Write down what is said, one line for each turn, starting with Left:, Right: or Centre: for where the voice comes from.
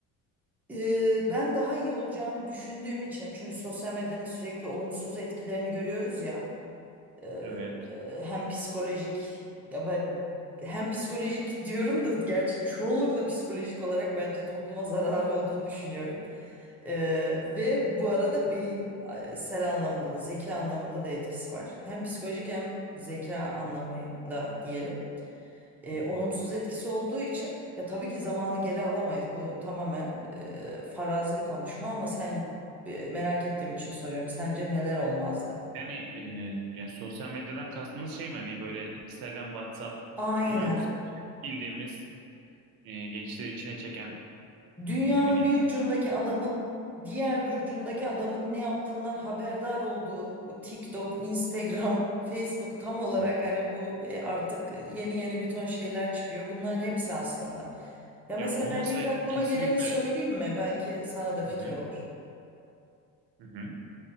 Centre: Ee, ben daha iyi olacağını düşündüğüm için çünkü sosyal medyanın sürekli olumsuz etkilerini görüyoruz ya. Ee,
Right: Evet.
Centre: e, hem psikolojik ya ben hem psikolojik <laughs> diyorum da gerçi çoğunlukla psikolojik olarak bence topluma zararı olduğunu düşünüyorum. Ee, ve bu arada beyin e, sel anlamında da zeka anlamında da etkisi var. Hem psikolojik hem zeka anlamıyla diyelim. Ee,
Right: Hmm,
Centre: olumsuz etkisi olduğu için ya tabii ki zamanı geri alamayız. Bu tamamen e, farazi bir konuşma ama sen e, merak ettiğim için soruyorum. Sence neler olmazdı?
Right: Yani, e, yani sosyal medyadan kastımız şey mi hani böyle Instagram, WhatsApp
Centre: Aynen.
Right: gibi mi yoksa böyle bildiğimiz e, gençleri içine çeken
Centre: Dünyanın
Right: e, ne bileyim
Centre: bir ucundaki adamın diğer bir ucundaki adamın ne yaptığından haberdar olduğu bu TikTok, Instagram, <laughs> Facebook tam olarak
Right: Hı.
Centre: hani bu e, artık yeni yeni bir ton şeyler çıkıyor. Bunların hepsi aslında. Ya mesela
Right: ya olmasaydı
Centre: ben ilk aklıma
Right: kesinlikle
Centre: geleni söyleyeyim mi? Belki sana da fikir
Right: Hı hı.
Centre: olur.
Right: hı.